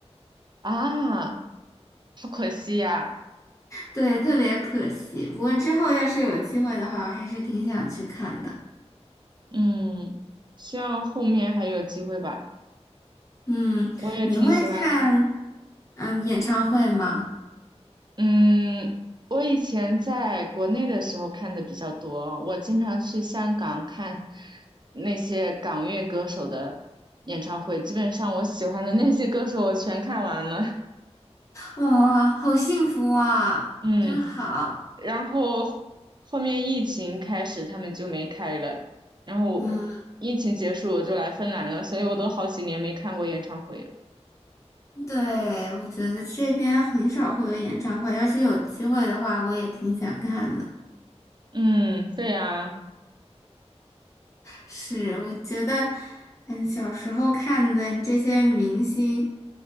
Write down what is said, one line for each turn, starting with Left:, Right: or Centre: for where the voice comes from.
Right: 啊，好可惜呀，
Left: 对，特别可惜。不过之后要是有机会的话，我还是挺想去看的。
Right: 嗯，希望后面还有机会吧。
Left: 嗯，
Right: 我也挺喜欢看，
Left: 你会看嗯演唱会吗？
Right: 嗯，嗯我以前在国内的时候看的比较多，我经常去香港看那些港乐歌手的演唱会，基本上我喜欢的那些歌手我全看完了，
Left: 哇，好幸福啊，
Right: 嗯，
Left: 真好。
Right: 然后后后面疫情开始，他们就没开了，然后疫情结束我就来芬兰了，
Left: 嗯，
Right: 所以我都好几年没看过演唱会了。
Left: 对，我觉得这边很少会有演唱会，要是有机会的话，我也挺想看的。
Right: 嗯，对呀，
Left: 是，我觉得，嗯，小时候看的这些明星，